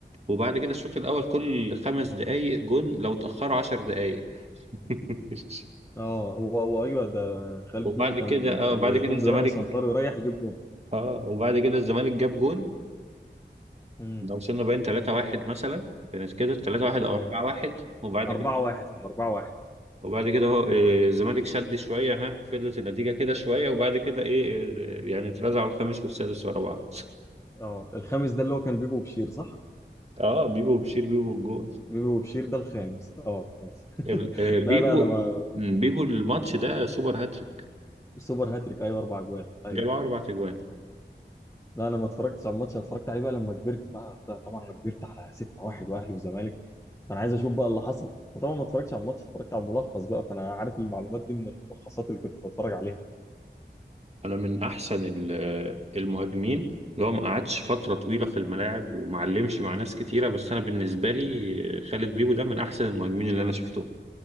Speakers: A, on the right; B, on the left.
A: وبعد كده الشوط الاول كل خمس دقايق جون لو اتاخروا عشر دقايق <laughs>
B: اه هو هو ايوه ده خالد
A: وبعد
B: بيبو كان
A: كده
B: يعني
A: اه بعد
B: يا
A: كده
B: دوب
A: الزمالك
B: بيروح يسنطر ويريح يجيب جون
A: اه وبعد كده الزمالك جاب جون
B: امم
A: لو وصلنا باين 3-1 مثلا كانت كده 3-1 او
B: اه
A: 4-1 وبعد
B: 4
A: كده
B: 1 كان 4 1
A: وبعد كده هو إيه، الزمالك شد شوية ها فضلت النتيجة كده شوية وبعد كده إيه إيه، يعني اترزعوا الخامس والسادس ورا بعض
B: اه الخامس ده اللي هو كان بيبو وبشير صح؟
A: <laughs> أه بيبو وبشير بيبو بالجون
B: بيبو وبشير ده الخامس اه ماشي <laughs>
A: ال- آه، بيبو
B: لا لا انا ما
A: بيبو الماتش ده سوبر هاتريك
B: سوبر هاتريك ايوه اربع اجوال ايوه
A: جاب أربع أجوان
B: لا انا ما اتفرجتش على الماتش أنا اتفرجت عليه بقى لما كبرت بقى طبعا انا كبرت على 6 1 واهلي وزمالك فانا عايز اشوف بقى اللي حصل فطبعا ما اتفرجتش على الماتش اتفرجت على الملخص بقى فانا عارف المعلومات دي من الملخصات اللي كنت بتفرج عليها
A: أنا من أحسن ال- آه، المهاجمين اللي هو ما قعدش فترة طويلة في الملاعب وما علمش مع ناس كتيرة بس أنا بالنسبة لي آه، خالد بيبو ده من أحسن المهاجمين اللي أنا شفتهم